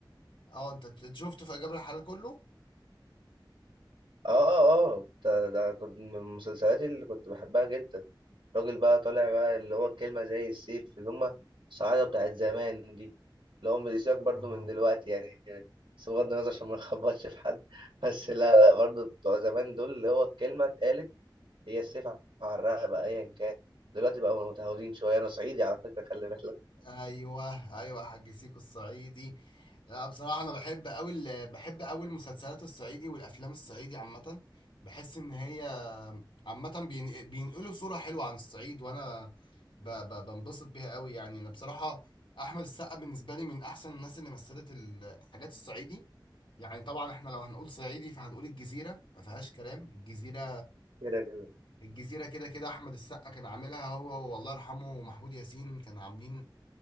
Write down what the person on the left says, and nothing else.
اه انت ت- شفته في اجابه الحلال كله
اه
ايوه ايوه حاج سيكو الصعيدي لا بصراحه انا بحب قوي ال- بحب قوي المسلسلات الصعيدي والافلام الصعيدي عامه بحس ان هي عامه بين- بينقلوا صوره حلوه عن الصعيد وانا ب- ب- بنبسط بيها قوي يعني انا بصراحه احمد السقا بالنسبه لي من احسن الناس اللي مثلت الحاجات الصعيدي يعني طبعا احنا لو هنقول صعيدي فهنقول الجزيره ما فيهاش كلام الجزيره
الجزيرة كده كده أحمد السقا كان عاملها هو والله يرحمه ومحمود ياسين كان عاملين